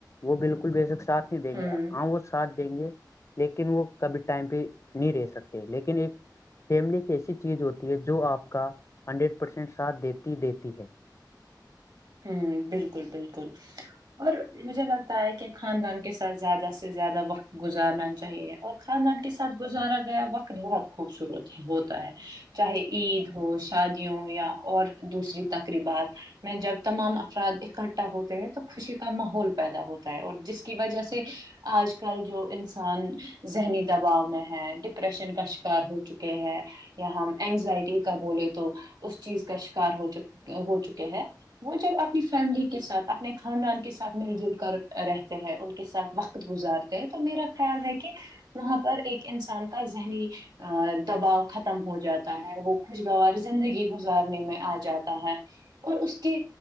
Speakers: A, on the left (about 40°); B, on the right (about 70°).
A: وہ بالکل بے شک سھ نہیں دیں
B: ہوں
A: گے ہ وہ ساتھ دیں گے لیکن وہ کبھی ٹائم پہ نہیں رہ سکتے لیکن ایک فیملی کی ایسی چیز ہوتی ہے جو آپ کا ہنڈریڈ پرسینٹ ساتھ دیتی دیتی ہے
B: ہوں بالکل بالکل اور مجھے لگتا ہے کہ خاندان کے ساتھ زیادہ سے زیادہ وقت گزارنا چاہیے اور خاندان کے ساتھ گزارا گیا وقت بہت خوبصورت ہے ہوتا ہے چاہے عید ہو شادیوں یا اور دوسری تقریبات میں جب تمام افراد اکٹھا ہوتے ہیں تو خوشی کا ماحول پیدا ہوتا ہے اور جس کی وجہ سے آج کل جو انسان ذہنی دباؤ میں ہے ڈپریشن کا شکار ہو چکا ہے یا ہم اینگزائٹی کا بولے تو اس چیز کا شکار ہو ہو چکے ہے وہ جب اپنی فیملی کے ساتھ اپنے خاندان کے ساتھ مل جل کر رہتے ہیں ان کے ساتھ وقت گزارتے ہیں تو میرا خیال ہے کہ وہاں پر ایک انسان کا ذہنی ا دباؤ ختم ہو جاتا ہے وہ خوشگوار زندگی گزارنے میں آ جاتا ہے اور اس کی